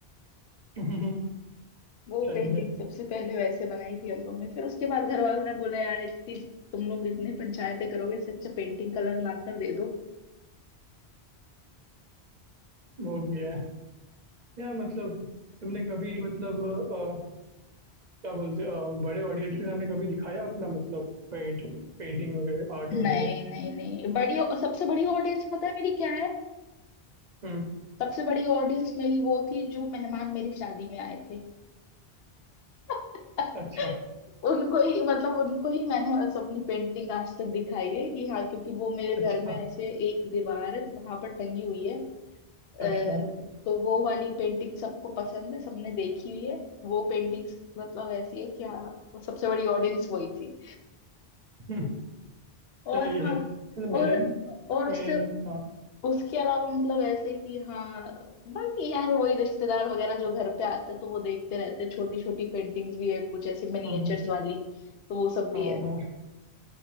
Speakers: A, on the right; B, on the left.
A: <laughs> सही
B: वो
A: है
B: पेंटिंग सबसे पहले वैसे बनाई थी हम लोग ने फिर उसके बाद घर वालों ने बोला यार इतनी तुम लोग इतने पंचायतें करोगे इससे अच्छा पेंटिंग कलर ला कर दे दो
A: वो भी है या मतलब तुमने कभी मतलब अ, क्या बोलते हैं अ, बड़े ऑडियंस के सामने कभी दिखाया अपना मतलब पेंट पेंटिंग वगैरह आर्ट
B: नहीं
A: वगैरह
B: नहीं नहीं बड़ी सबसे बड़ी ऑडियंस पता है मेरी क्या है
A: हम्म
B: सबसे बड़ी ऑडियंस मेरी वो थी जो मेहमान मेरी शादी में आए थे <laughs>
A: अच्छा
B: उनको ही मतलब उनको ही मैंने बस अपनी पेंटिंग आज तक दिखाई है कि हाँ क्योंकि वो मेरे
A: अच्छा
B: घर में ऐसे एक दीवार है तो वहां पर टंगी हुई है अ,
A: अच्छा
B: तो वो वाली पेंटिंग सबको पसंद है सबने देखी हुई है वो पेंटिंग मतलब ऐसी है कि हाँ वो सबसे बड़ी ऑडियंस वही थी
A: हम्म,
B: और
A: सही
B: हाँ
A: है मतलब मैंने
B: और और
A: मैं
B: उससे
A: हाँ
B: उसके अलावा मतलब ऐसे कि हाँ बाकी यार वही रिश्तेदार वगैरह जो घर पे आते हैं तो वो देखते रहते हैं छोटी छोटी पेंटिंग्स भी है कुछ ऐसे मिनिएचर्स
A: हाँ हाँ
B: वाली तो वो सब भी
A: हाँ
B: है
A: हाँ।